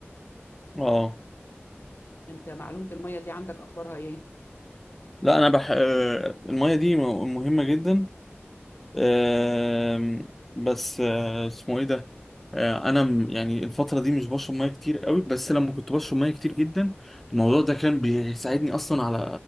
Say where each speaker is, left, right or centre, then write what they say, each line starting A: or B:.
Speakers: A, in the centre; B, on the left.
A: اه
B: أنت معلومة المية دي عندك أخبارها إيه؟
A: لا انا بح... آه المية دي م- مهمة جدا آه بس آه اسمه ايه ده آه انا م- يعني الفترة دي مش بشرب مية كتير قوي بس لما كنت بشرب مية كتير جدا الموضوع ده كان بيساعدني اصلا على